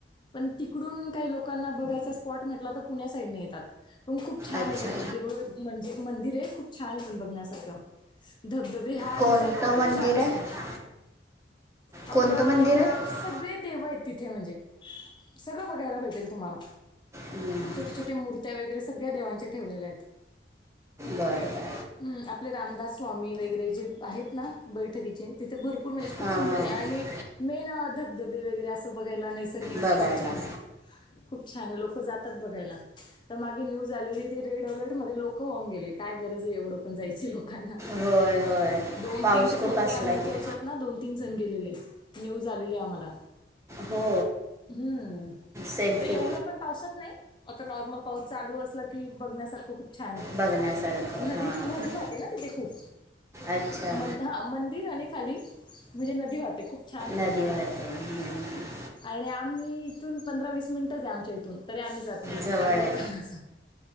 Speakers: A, on the left (about 25°); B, on the right (about 15°).
A: पण तिकडून काही लोकांना बघायचा स्पॉट म्हटला तर पुण्या साईडने येतात. पण खूप छान
B: अच्छा
A: आहे देऊळ म्हणजे मंदिर आहे खूप छान आहे पण बघण्यासारखं. धबधबे हा
B: कोणतं
A: दिवसात तर खूप
B: मंदिर
A: छान असत.
B: आहे
A: आपलं
B: कोणतं मंदिर आहे
A: सगळे देव आहेत तिथे म्हणजे. सगळं बघायला भेटेल तुम्हाला.
B: हम.
A: छोट्या मुर्त्या वगैरे सगळ्या देवांच्या ठेवलेल्यायेत.
B: बर, बर.
A: हम, आपले रामदास स्वामी वगैरे जे आहेत ना बैठकीचे तिथे भरपूर म्हणजे खूप
B: हां
A: सुंदर
B: हां
A: आहे, आणि मेन धबधबे वगैरे असं बघायला नाहीस नैसर्गिक
B: बघायला
A: स्पॉट छान आहे, खूप छान आहे लोक जातात बघायला. तर मागे न्यूज आलेली ते रेड अलर्ट मध्ये लोक वाहुन गेले काय गरज आहे, एवढं पण जायची लोकांना.
B: होय होय,
A: दोन
B: पाऊस
A: तीन ते फोटो
B: खूप असला
A: काढण्याच्या
B: की.
A: याच्यात ना दोन तीन जण गेलेले, न्यूज आलेली आम्हाला.
B: हो,
A: हम्म.
B: सेल्फी
A: पण एवढा पण पावसात नाही आता नॉर्मल पाऊस चालू असला की, बघण्यासारखं खूप छान आहे,
B: बघण्यासारखं
A: नदी
B: हां
A: नदी वाहते ना तिथे खूप.
B: अच्छा
A: मंद- हा मंदिर आणि खाली म्हणजे नदी वाहते, खूप छान आहे बघण्या
B: नदी
A: सारखं.
B: वाहते
A: <unintelligible>
B: हम्म.
A: आणि आम्ही इथून पंधरा वीस मिनिटंच आहे, आमच्या इथून तरी आम्ही जात नाही
B: जवळ
A: आम्ही
B: आहे
A: लोकांना सांगतो.